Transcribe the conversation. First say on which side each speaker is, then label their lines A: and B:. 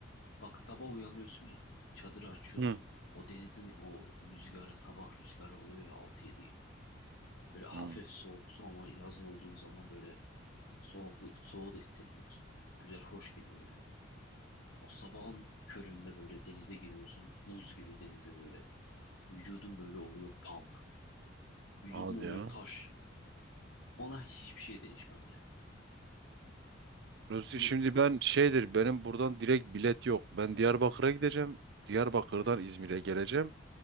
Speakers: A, on the left; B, on the right.
A: Bak sabah uyanıyorsun ya çadırı açıyorsun.
B: Hı.
A: O denizin o rüzgarı sabah rüzgarı oluyor ya 6-7 gibi. Böyle hafif
B: Hı.
A: soğuk su ama yaz olduğun zaman böyle soğuk, soğuğu da hissetmiyorsun. Güzel hoş geliyor yani. O sabahın köründe böyle denize giriyorsun. Buz gibi denize böyle. Vücudun böyle oluyor pump. Vücudun
B: Hadi
A: oluyor
B: ya.
A: taş. Ona hiçbir şey değişmem yani.
B: Ruzi
A: Durum
B: şimdi ben şeydir benim buradan direkt bilet yok. Ben Diyarbakır'a gideceğim. Diyarbakır'dan İzmir'e geleceğim.